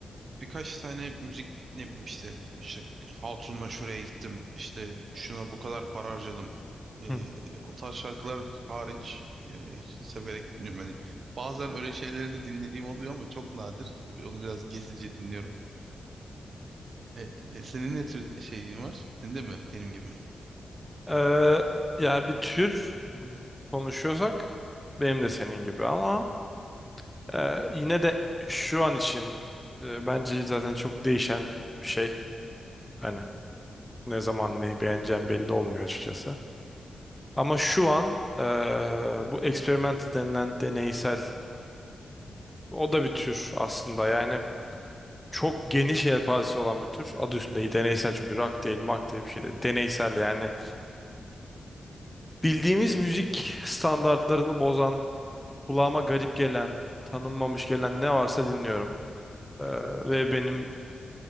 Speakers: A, on the right; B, in the centre.
A: birkaç tane müzik ne bileyim işte, işte Hatun'la şuraya gittim işte şuna bu kadar para harcadım Ee,
B: Hı.
A: o tarz şarkılar hariç e, severek dinliyorum. Hani bazen öyle şeyleri de dinlediğim oluyor ama çok nadir. Onu biraz gizlice dinliyorum. Ee, e, senin ne tür şeyin var? Senin de mi benim gibi?
B: Ee, yani bir tür konuşuyorsak benim de senin gibi ama e, yine de şu an için e, bence zaten çok değişen bir şey. Hani ne zaman neyi beğeneceğim belli olmuyor açıkçası. Ama şu an e, bu experimental denilen deneysel o da bir tür aslında. Yani çok geniş yelpazesi olan bir tür. Adı üstünde deneysel çünkü rock değil, mark değil bir şey değil. Deneysel yani. Bildiğimiz müzik standartlarını bozan, kulağıma garip gelen, tanınmamış gelen ne varsa dinliyorum. Ee, ve benim